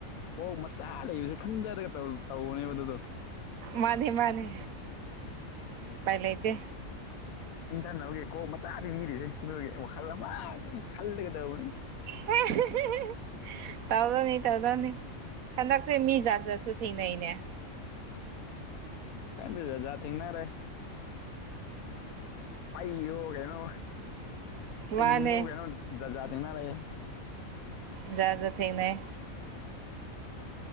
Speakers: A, on the left; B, on the right.
A: ꯀꯣꯛ ꯃꯆꯥ ꯂꯩꯕꯁꯦ ꯈꯟꯊꯔꯒ ꯇꯧꯕꯅꯦꯕ ꯑꯗꯨꯗꯣ
B: ꯃꯥꯅꯤ ꯃꯥꯅꯤ ꯎꯄꯥꯏ ꯂꯩꯇꯦ
A: ꯈꯟꯊꯅꯕꯒꯤ ꯀꯣꯛ ꯃꯆꯥ ꯄꯤꯕꯤꯔꯤꯁꯦ ꯑꯗꯨꯒꯤ ꯋꯥꯈꯜ ꯑꯃ ꯑꯗꯨꯝ ꯈꯜꯂꯒꯗꯧꯕꯅꯤ
B: ꯍꯦ <unintelligible> ꯇꯧꯗꯝꯅꯤ ꯇꯧꯗꯝꯅꯤ ꯍꯟꯗꯛꯁꯦ ꯃꯤ ꯖꯥꯠ ꯖꯥꯠꯁꯨ ꯊꯦꯡꯅꯩꯅꯦ
A: ꯈꯪꯗꯦ ꯖꯖꯥꯠ ꯊꯦꯡꯅꯔꯦ ꯄꯩꯌꯣ ꯀꯩꯅꯣ
B: ꯃꯥꯅꯦ
A: ꯆꯤꯡꯕ ꯀꯩꯅꯣ ꯖꯖꯥꯠ ꯊꯦꯡꯅꯔꯌꯦ
B: ꯖꯖꯥꯠ ꯊꯦꯡꯅꯩ